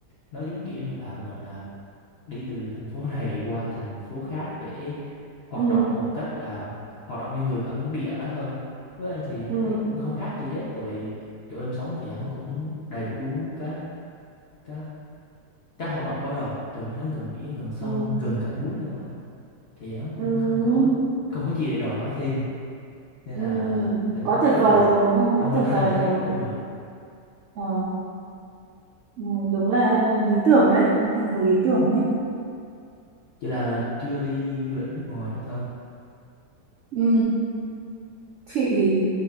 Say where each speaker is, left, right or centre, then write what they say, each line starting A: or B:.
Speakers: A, on the left (about 60°); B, on the right (about 85°).
A: nó giống kiểu như là mình à, đi từ thành phố <laughs> này qua thành phố khác để hoạt
B: Ừ.
A: động một cách à, hoạt động như người bản địa đó thôi với em thì
B: ừ
A: thấy cũng không khác gì hết tại vì chỗ em sống thì ăn cũng đầy đủ các các Cá hoạt động quá rồi tại vì hắn gần biển gần sông
B: ừ
A: gần cả núi nữa mà thì hắn cũng
B: ừ
A: không có không có gì để đòi hỏi thêm nên
B: ừ
A: là em
B: quá
A: thấy
B: tuyệt
A: khá
B: vời
A: hài lòng
B: rồi đúng không
A: đúng
B: quá
A: rồi
B: tuyệt
A: <laughs>
B: vời
A: em thấy
B: rồi
A: đủ rồi
B: ờ ừ, đúng là lý tưởng đấy một thành phố lý tưởng đấy
A: chỉ là chưa đi du lịch nước ngoài đâu thôi
B: ừ chị thì